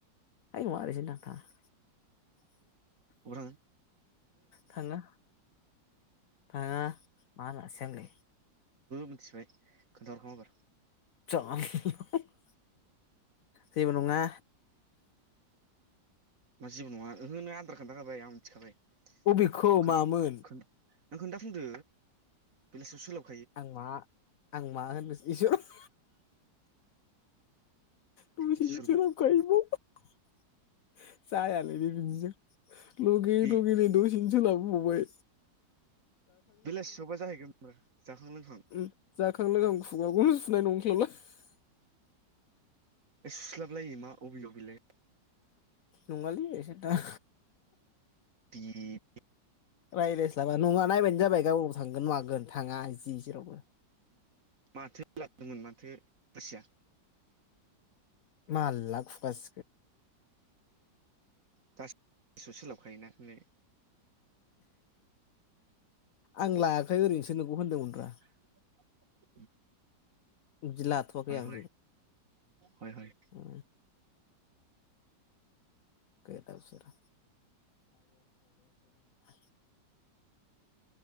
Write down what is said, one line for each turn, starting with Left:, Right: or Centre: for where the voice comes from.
Left: ओइ नङा ओरैनोसो होनदों आं थाङा।
Right: <unintelligible> ओ
Left: थाङा थाङा मा होनासो आंलाय
Right: मिथिबाय खोन्थाहरखा माबार।
Left: जा <unintelligible> जेबो नङा।
Right: मा जेबो नङा होनो आद्रा खोन्थाखाबाय आं मिथिखाबाय।
Left: अबेखौ
Right: खोन
Left: मामोन।
Right: खोन नों खोन्था फिनदो बेलासियाव सोलाब
Left: आं मा आं मा होननोस <unintelligible> <unintelligible>
Right: इसोरबाव
Left: जायाखै बि बिदिजों। लगे
Right: दे
Left: लगे बे द'से खोला बुबावबाय।
Right: बेलासियावबा जाहैगोन खोमा जाखां लोंखां।
Left: उम जाखां लोंखां <unintelligible>
Right: सुस्लाबलायै मा बबेयाव बिलाय।
Left: नङालै <unintelligible>
Right: बि
Left: रायलजाला नङा नायबानो जाबाय गाबोन। थांगोन मागोन थाङा जि जेरावबो।
Right: माथो लाबोदोंमोन माथो बसिया।
Left: मा लास लास
Right: दास गोसो सोलाबखायोना होनो।
Left: आं लायाखै ओरैनोसो होनदों <unintelligible> होनदोमोन ब्रा
Right: <inaudible>
Left: दि लाथवाखै
Right: हय
Left: आं
Right: हय हय हय
Left: उम गोदाव सोराव <unintelligible>